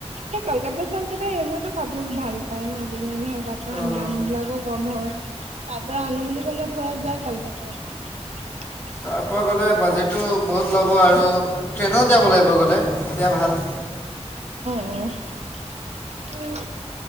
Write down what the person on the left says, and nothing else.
অ'।
তাৰপৰা গ'লে বাজেটো বহুত ল'ব আৰু ট্ৰেইনত যাব লাগিব গ'লে তেতিয়া ভাল।